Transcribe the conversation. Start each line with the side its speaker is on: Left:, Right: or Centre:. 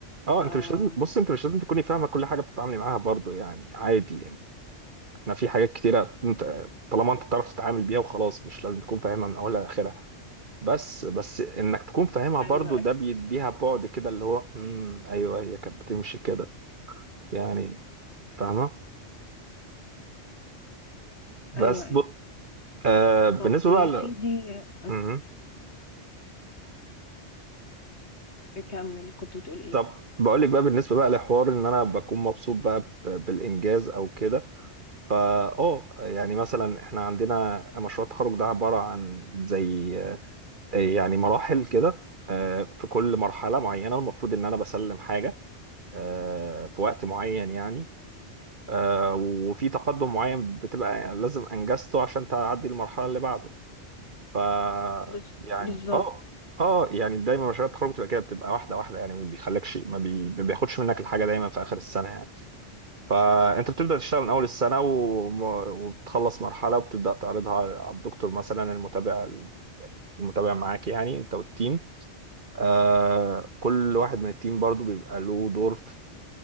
Right: آه،
Left: آه
Right: انت مش لازم بص انت مش لازم تكوني فاهمه كل حاجه بتتعاملي معاها برضه يعني عادي يعني احنا في حاجات كتيره انت طالما انت بتعرف تتعامل بيها وخلاص مش لازم تكون فاهمها من اولها لاخرها بس بس انك تكون فاهمها برضه
Left: ايوه ايوه
Right: ده بيديها بعد كده اللي هو امم ايوه هي كانت بتمشي كده يعني فاهمه بس
Left: ايوه ايوه
Right: ب... آه بالنسبه
Left: طب يا
Right: بقى ل...
Left: سيدي أك-
Right: مم.
Left: اكمل كنت بتقول ايه
Right: طب بقول لك بقى بالنسبه بقى لحوار ان انا بكون مبسوط بقى ب- بالانجاز او كده فا اه يعني مثلا احنا عندنا مشروع التخرج ده عباره عن زي آه، يعني مراحل كده آه، في كل مرحله معينه المفروض ان انا بسلم حاجه آه، في وقت معين يعني آه، وفي تقدم معين بتبقى لازم انجزته عشان تعدي المرحله اللي بعده ف
Left: بز-
Right: يعني
Left: بالظبط
Right: اه اه يعني دايما مشاريع التخرج بتبقى كده بتبقى واحده واحده يعني ما بيخليكش ما, بي... ما بياخدش منك الحاجه دايما في اخر السنه يعني فانت بتبدا تشتغل من اول السنه وم- وبتخلص مرحله وبتبدا تعرضها على الدكتور مثلا المتابع المتابع معاك يعني انت والتيم آه كل واحد من التيم برضو بيبقى له دور في